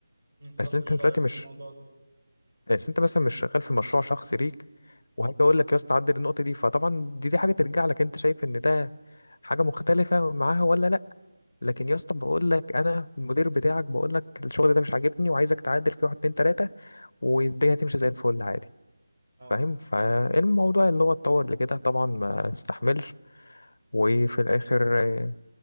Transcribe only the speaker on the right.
ما طلبتش
رأيك في
الموضوع ده
اه